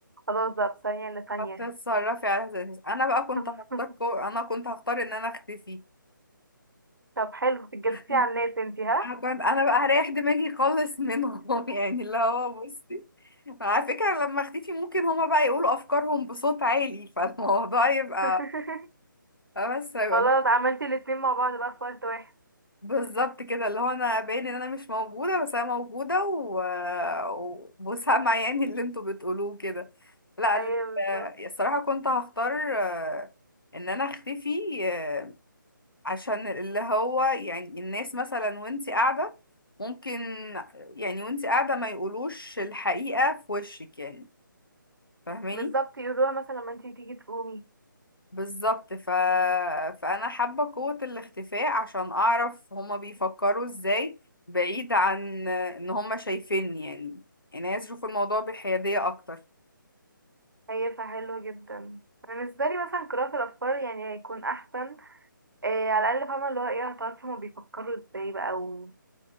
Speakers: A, on the right; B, on the left.
A: خلاص بقى في ثانية الا ثانية
B: فتتصرفي على اساس إيه؟ انا بقى كنت
A: <laughs>
B: هختار كو... انا كنت هختار ان انا اختفي
A: طب حلو بتجسسي
B: <laughs>
A: على الناس انتي ها
B: انا كنت انا بقى هريح دماغي خالص منهم <laughs> يعني اللي هو بصي على فكرة لما اختفي ممكن هما بقى يقولوا افكارهم بصوت عالي فالموضوع يبقى
A: <laughs>
B: بس هيبقى
A: خلاص عملتي الاتنين مع بعض بقى في وقت واحد
B: بالظبط كده اللي هو انا باين ان انا مش موجوده بس انا موجوده و... و- وسامعه يعني اللي انتوا بتقولوه كده لا ال-
A: ايوه بالظبط
B: آه، الصراحه كنت هختار آه، ان انا اختفي آه، عشان اللي هو يعني الناس مثلا وانتي قاعده ممكن يعني وانتي قاعده ما يقولوش الحقيقه في وشك يعني فاهماني
A: بالظبط يقولوها مثلا لما انتي تيجي تقومي
B: بالظبط ف... فانا حابه قوه الاختفاء عشان اعرف هما بيفكروا ازاي بعيد عن ان هما شايفيني يعني يعني عايز اشوف الموضوع بحياديه اكتر
A: هي فحلو جدا أنا بالنسبة لي مثلا قراءة الأفكار يعني هيكون أحسن إيه على الأقل فاهمة اللي هو ايه هتعرفي هما بيفكروا ازاي بقى و